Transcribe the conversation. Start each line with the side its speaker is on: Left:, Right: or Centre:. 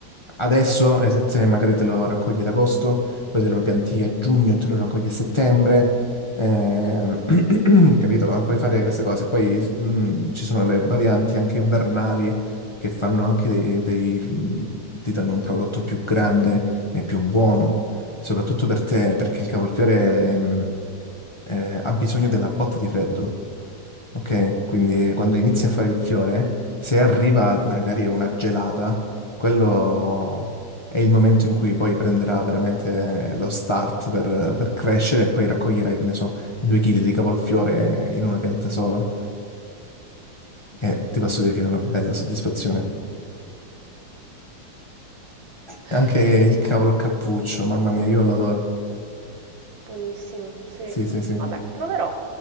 Left: adesso, e se se magari te lo raccogli ad agosto, poi te lo pianti a giugno e te lo raccogli a settembre. Ehm, <clears throat> capito? Ma Puoi fare queste cose. Poi mh, ci sono le varianti anche invernali che fanno anche dei, dei- mm, ti danno un prodotto più grande e più buono soprattutto per te, perché il cavolfiore ehm, eh, ha bisogno della botta di freddo, ok? Quindi quando inizi a fare il fiore, se arriva magari una gelata, quello è il momento in cui poi prenderà veramente lo start per, per crescere e poi raccoglierai, che ne so, due chili di cavolfiore in una pianta sola. E ti posso dire che è una bella soddisfazione. Anche
Right: <laughs>
Left: il cavolo cappuccio, mamma mia, io lo adoro.
Right: Buonissimo, sì.
Left: Sì, sì, sì.
Right: Vabbè, proverò.